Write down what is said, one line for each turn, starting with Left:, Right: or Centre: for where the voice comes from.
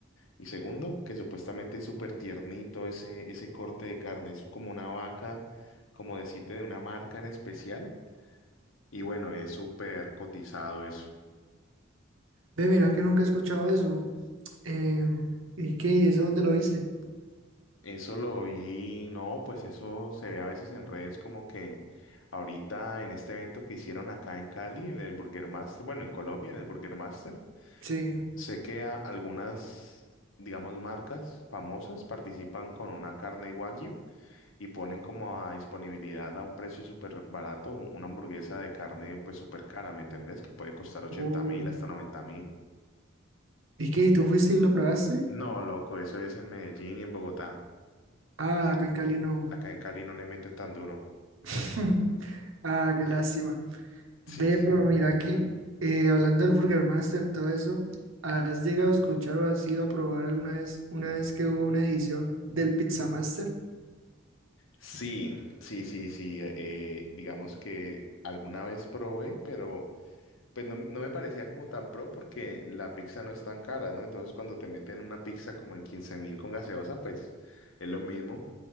Left: y segundo que supuestamente es súper tiernito ese, ese corte de carne, es como una vaca, como decirte, de una marca en especial y bueno, es súper cotizado eso.
Right: Ve, mira que nunca he escuchado eso. Eh, ¿y qué? ¿Y eso dónde lo viste?
Left: Eso lo vi, no, pues eso se ve a veces en redes como que ahorita en este evento que hicieron acá en Cali, en el Burger Master, bueno, en Colombia, en el Burger Master,
Right: Sí.
Left: sé que a- algunas, digamos, marcas famosas participan con una carne Wagyu y ponen como a disponibilidad a un precio súper barato u- una hamburguesa de carne pues súper cara, ¿me entendés? Que puede costar ochenta
Right: Oh.
Left: mil hasta noventa mil.
Right: ¿Y qué? ¿Y tú fuiste y lo probaste?
Left: No, loco, eso es en Medellín y en Bogotá.
Right: Ah, acá en Cali no.
Left: Acá en Cali no le meten tan duro.
Right: <laughs> Ah, qué lástima.
Left: Sí.
Right: Ve,
Left: sí.
Right: pero mira que eh, hablando del Burger Master, todo eso, ¿has llegado a escuchar o has ido a probar alguna vez, una vez que hubo una edición del Pizza Master?
Left: Sí, sí, sí, sí. eh, digamos que alguna vez probé, pero pues no, no me parecía como tan pro porque la pizza no es tan cara, ¿no? Entonces cuando te meten una pizza como en quince mil con gaseosa, pues es lo mismo.